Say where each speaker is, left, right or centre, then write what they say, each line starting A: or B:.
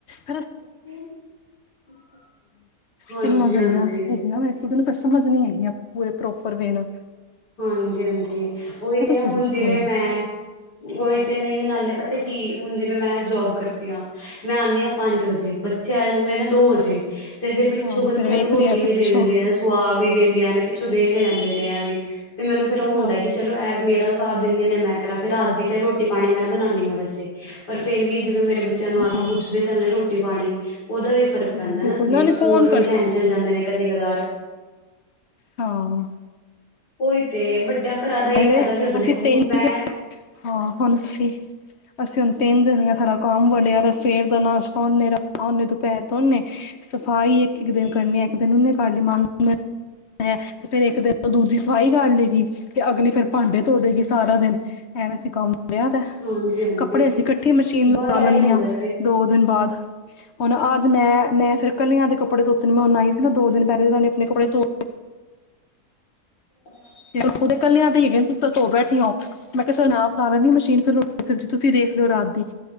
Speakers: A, on the left (about 50°); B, on the left (about 85°).
A: ਹੇਨਾ
B: <inaudible> ਹਾਂਜੀ
A: ਤਿੰਨੋ ਜਣੀਆਂ
B: ਹਾਂਜੀ
A: ਸੀਗੀਆਂ, ਮੈਂ ਖੁਦ ਨੂੰ ਸਮਝ ਨੀ ਹੇਗੀਆਂ ਪੂਰੇ ਪ੍ਰੋਪਰ ਵੇ ਨੂੰ
B: ਹਾਂਜੀ-ਹਾਂਜੀ, ਉਹੀ ਤੇ ਹੁਣ
A: ਚਲੀ ਜਾ
B: ਜਿਵੇਂ
A: ਕੋਈ
B: ਮੈਂ
A: ਨੀ
B: ਉਹੀ ਤੇ ਨਹੀਂ ਨਾਲੇ ਪਤਾ ਕੀ ਹੁਣ ਜਿਵੇਂ ਮੈਂ ਜੋਬ ਕਰਦੀ ਆਂ ਮੈਂ ਆਨੀ ਆਂ ਪੰਜ ਵਜੇ ਬੱਚੇ ਆ ਜਾਂਦੇ ਨੇ ਦੋ ਵਜੇ। ਤੇ ਫੇਰ ਪਿੱਛੋਂ
A: ਹਾਂ
B: ਬੱਚਿਆਂ
A: ਫਿਰ ਵੇਖ
B: ਨੂੰ ਰੋਟੀ
A: ਰਹੀ ਹੈ ਪੁੱਛੋ
B: ਵੀ ਦੇ ਦਿੰਦੀਆਂ ਨੇ ਸੁਆ ਵੀ ਦਿੰਦੀਆਂ ਨੇ ਪਿੱਛੋਂ ਦੇਖ ਲੈਂਦੇ ਨੇ ਇਹ ਵੀ ਤੇ ਮੈਨੂੰ ਫੇਰ
A: ਹਾਂ
B: ਉਹ ਹੁੰਦਾ ਕਿ ਚਲੋ ਇਹ ਮੇਰਾ ਸਾਥ ਦਿੰਦੀਆਂ ਨੇ ਮੈਂ ਕਰਾ ਫੇਰ ਰਾਤ ਦੀ ਚ ਰੋਟੀ ਪਾਣੀ ਮੈਂ ਬਣਾਂਦੀ ਹਾਂ ਵੈਸੇ ਪਰ ਫੇਰ ਵੀ ਜਿਵੇਂ ਮੇਰੇ ਬੱਚਿਆਂ ਨੂੰ ਆ ਕੇ
A: ਹਾਂ
B: ਪੁੱਛਦੇ ਤਾਂ ਨੇ ਰੋਟੀ ਪਾਣੀ, ਉਹਦਾ ਵੀ ਫਰਕ
A: ਹਾਂ
B: ਪੈਂਦਾ ਨਾ
A: ਬਿਲਕੁਲ
B: ਦੀਦੀ ਸਕੂਲ
A: ਕੌਣ
B: ਤੋਂ
A: ਕਰ
B: ਵੀ ਲੈਣ ਚਲੇ ਜਾਂਦੇ ਨੇ ਕਦੀ-ਕਦਾਰ
A: ਹਾਂ।
B: ਉਹੀ ਤੇ ਵੱਡਿਆਂ ਘਰਾਂ ਦਾ ਏਹੀ
A: ਐਵੇਂ
B: ਫਾਇਦਾ ਵੀ ਹੁੰਦਾ ਦੇਖੋ
A: ਅਸੀਂ
B: ਹੁਣ
A: ਤਿੰਨ
B: ਮੈਂ
A: ਹਾਂ, ਹੁਣ ਸੀ ਅਸੀਂਂ ਹੁਣ ਤਿਨ ਜਣਿਆ ਸਾਰਾ ਕੰਮ ਬੰਦਿਆ ਸਵੇਰ ਦਾ ਨਸ਼ਤਾ ਉਨੇ, ਰਾਤ ਦਾ ਉਨੇ, ਦੁਪਹਿਰ ਦਾ ਉਨੇ ਸਫ਼ਾਈ ਇੱਕ-ਇੱਕ ਦਿਨ ਕਰਨੀ ਇੱਕ ਦਿਨ ਉਹਨੇ ਕਰ ਲਈ, ਮਾਨ ਹੈ, ਤੇ ਫੇਰ ਇੱਕ ਦਿਨ ਦੂਜੀ ਸਫਾਈ ਕਰ ਲੇਗੀ ਤੇ ਅਗਲੀ ਫੇਰ ਭਾਂਡੇ ਧੋ ਦੇਗੀ ਸਾਰਾ ਦਿਨ, ਐਵੇਂ ਅਸੀਂ ਕੰਮ ਦਯਾ ਦਾ,
B: ਹਾਂਜੀ ਹਾਂਜੀ
A: ਕੱਪੜੇ ਅਸੀਂ ਇਕੱਠੀ ਮਸ਼ੀਨ ਲਗਾ
B: ਬਸ
A: ਲੈਂਨੇ
B: ਇਹੀ ਹੁੰਦਾ
A: ਆਂ
B: ਤੇ
A: ਦੋ ਦਿਨ ਬਾਦ ਹੁਣ ਅੱਜ ਮੈਂ, ਮੈਂ ਫੇਰ ਕੱਲਿਆਂ ਦੇ ਕੱਪੜੇ ਧੋਤੇ ਨੇ ਮੈਂ ਹੁਣ ਆਈ ਸੀ ਨਾ ਦੋ ਦਿਨ ਪਹਿਲੈ ਉਨ੍ਹਾਂ ਨੇ ਆਪਣੇ ਕੱਪੜੇ ਧੋ
B: <inaudible>
A: ਤਤੇ ਉਥੋਂ ਦੇ ਕੱਲਿਆਂ ਦੇ ਈ ਹੈਗੇ ਨੇ ਤੁਸੀ ਤਾ ਤੋਂ ਬੈਠੀਆਂ ਓ, ਮੈਂ ਕਹਿਆ ਚਲ ਮੈਂ ਆਪ ਲਾ ਲੈਂਣੀ ਮਸ਼ੀਨ ਫੇਰ ਰੋਟੀ ਸਬਜ਼ੀ ਤੁਸੀਂ ਦੇਖ ਲਯੋ ਰਾਤ ਦੀ,